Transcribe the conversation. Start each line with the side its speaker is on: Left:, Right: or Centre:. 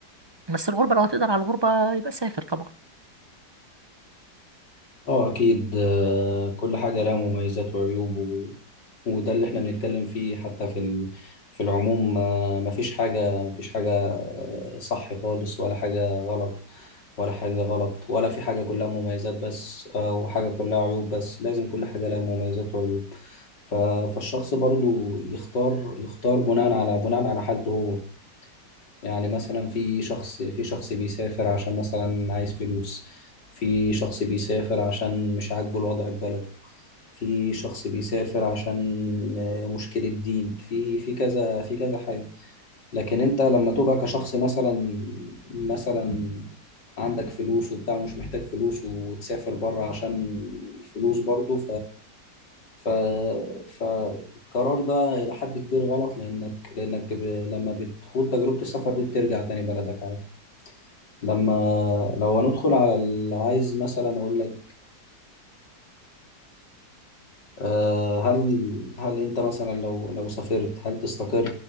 Right: بس الغربة لو هتقدر على الغربة يبقى سافر طبعا
Left: اه اكيد آه، كل حاجه لها مميزات وعيوب و... وده اللي احنا بنتكلم فيه حتى في ال... في العموم آه، مفيش حاجه مفيش حاجه آه، صح خالص ولا حاجه غلط ولا حاجه غلط ولا في حاجه كلها مميزات بس آه، وحاجه كلها عيوب بس لازم كل حاجه لها مميزات وعيوب ف... فالشخص برضو يختار يختار بناء على بناء على حالته هو يعني مثلا في شخص في شخص بيسافر عشان مثلا عايز فلوس في شخص بيسافر عشان مش عاجبه الوضع في بلده في شخص بيسافر عشان آه، مشكلة دين في في كذا في كذا حاجة لكن انت لما تبقى كشخص مثلا مثلا عندك فلوس وبتاع ومش محتاج فلوس وتسافر بره عشان فلوس برضه ف... فالقرار ده إلى حد كبير غلط لأنك لأنك ب... لما بتخوض تجربة السفر دي بترجع تاني بلدك عادي لما لو هندخل على ال- لو عايز مثلا أقول لك آه، هل هل أنت مثلا لو لو سافرت هل تستقر